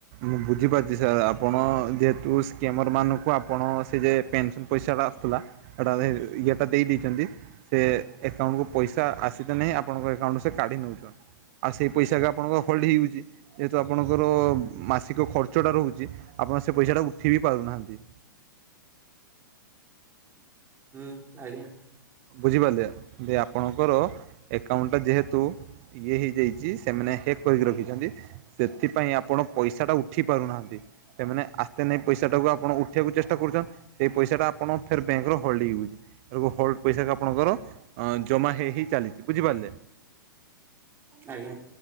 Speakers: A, on the right; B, on the right.
A: ମୁଁ ବୁଝିପାରୁଚି ସାର୍ ଆପଣ ଯେହେତୁ ସ୍କେମର ମାନଙ୍କୁ ଆପଣ ସେ ଯେ ପେନସନ୍ ପଇସା ଟା ଆସୁଥିଲା ହେଟା ଇଏଟା ଦେଇ ଦେଇଚନ୍ତି। ସେ ଏକାଉଣ୍ଟକୁ ପଇସା ଆସିତ ନାଇ ଆପଣଙ୍କ ଏକାଉଣ୍ଟରୁ ସେ କାଢ଼ି ନଉଛନ୍ତି। ଆଉ ସେଇ ପଇସା ବି ଆପଣଙ୍କ ଫଲ୍ଟ ହେଇଯାଉଚି ଯେହେତୁ ଆପଣଙ୍କର ମାସିକ ଖର୍ଚ୍ଚଟା ରହୁଚି ଆପଣ ସେ ପଇସାଟା କୁ ଉ ଉଠିବି ପାରୁନାହାନ୍ତି।
B: ହୁଁ ଆଜ୍ଞା।
A: ବୁଝିପାରିଲେ ଯେ ଆପଣଙ୍କର ଏକାଉଣ୍ଟ ଟା ଯେହେତୁ ଇଏ ହେଇଯାଇଚି ସେମାନେ ହେକ୍ କରିକି ରଖିଛନ୍ତି। ସେଥିପାଇଁ ଆପଣ ପଇସା ଟା ଉଠି ପାରୁନାହାନ୍ତି। ସେମାନେ ଆସ୍ତେ ନେଇ ପଇସା ଟାକୁ ଆପଣ ଉଠେଇବାକୁ ଚେଷ୍ଟା କରୁଛନ ସେଇ ପଇସାଟା ଆପଣ ଫିର ବ୍ୟାଙ୍କରୁ ହୋଲ୍ଡ ହେଇଯାଉଚି ତେଣୁ ହୋଲ୍ଡ ପଇସା ବି ଆପଣଙ୍କର ଅ ଜମା ହେଇ ହେଇ ଚାଲିଚି ବୁଝିପାରିଲେ
B: ଆଜ୍ଞା।